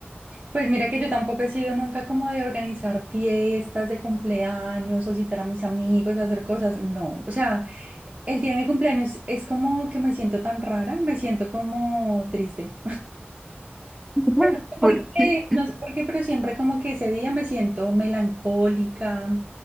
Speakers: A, on the right; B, in the centre.
A: Pues mira que yo tampoco he sido nunca como de organizar fiestas de cumpleaños o citar a mis amigos a hacer cosas, no. O sea, el día de mi cumpleaños es como que me siento tan rara, me siento como triste.
B: <laughs>
A: <laughs>
B: ¿Por
A: Porque
B: qué?
A: No sé por qué, pero siempre como que ese día me siento melancólica.